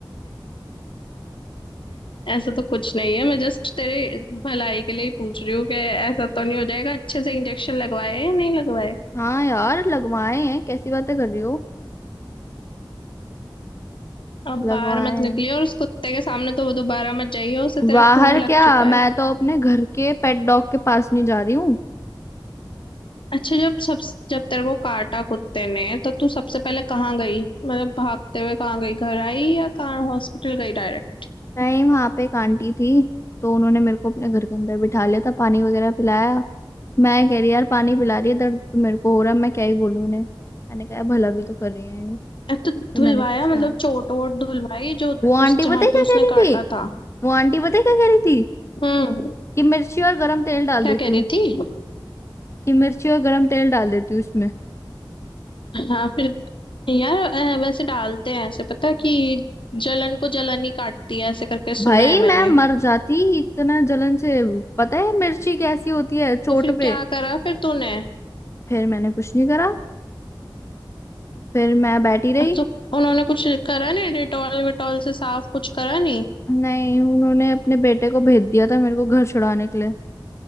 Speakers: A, on the left (about 75°); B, on the left (about 35°).
A: ऐसा तो कुछ नहीं है मैं जस्ट तेरे भलाई के लिए ही पूछ रही हूँ कि ऐसा तो नहीं हो जाएगा अच्छे से इंजेक्शन लगवाए या नहीं लगवाए
B: हाँ यार लगवाए हैं कैसी बातें कर रही हो
A: अब
B: लगवाए
A: बाहर मत
B: हैं
A: निकली और उस कुत्ते के सामने तो वो दोबारा मत जाइए उसे तेरा
B: बाहर
A: खून लग
B: क्या
A: चुका
B: मैं
A: है
B: तो अपने घर के पेट डॉग के पास नहीं जा रही हूँ
A: अच्छा जब सब जब तेरे को काटा कुत्ते ने तो तू सबसे पहले कहाँ गई मतलब भागते हुए कहाँ गई घर आई या कहाँ हॉस्पिटल गई डायरेक्ट
B: टाइम वहां पे एक आंटी थी तो उन्होंने मेरे को अपने घर के अंदर बिठा लिया था पानी वगैरह पिलाया मैं कह रही यार पानी पिला रही है दर्द तो मेरे को हो रहा है मैं क्या ही बोलूं उन्हें मैंने कहा भला भी तो कर रही है ये।
A: अरे तो
B: तो
A: धुलवाया
B: मैंने कुछ
A: मतलब
B: कहा नहीं
A: चोट वोट धुलवाई जो
B: वो आंटी
A: उस जहाँ
B: पता है क्या
A: पे उसने
B: कह रही
A: काटा
B: थी
A: था
B: वो आंटी पता है क्या कह रही थी
A: हम्म
B: कि मिर्ची और गरम तेल डाल
A: क्या
B: देती
A: कह रही
B: हूँ
A: थी
B: कि मिर्ची और गरम तेल डाल देती हूँ इसमें
A: हाँ फिर यार अ, वैसे डालते हैं ऐसे पता है कि जलन को जलन ही काटती है ऐसे करके सुना
B: भाई
A: है मैंने
B: मैं मर जाती इतना जलन से पता है मिर्ची कैसी होती है चोट
A: तो फिर
B: पे
A: क्या करा फिर तूने
B: फिर मैंने कुछ नहीं करा फिर मैं बैठी रही
A: तो उन्होंने कुछ करा नहीं डेटॉल विटॉल से साफ कुछ करा नहीं
B: नहीं उन्होंने अपने बेटे को भेज दिया था मेरे को घर छुड़ाने के लिए